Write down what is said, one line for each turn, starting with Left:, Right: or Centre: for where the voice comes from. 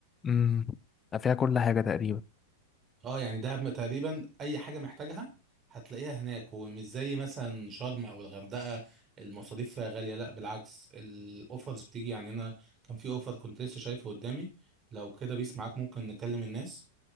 Left: امم فيها كل حاجه تقريبا
Right: اه يعني دهب تقريبا اي حاجه محتاجها هتلاقيها هناك ومش زي مثلا شرم او الغردقه المصاريف فيها غاليه لا بالعكس الاوفرز بتيجي يعني انا كان في اوفر كنت لسه شايفه قدامي لو كده بيس معاك ممكن نكلم الناس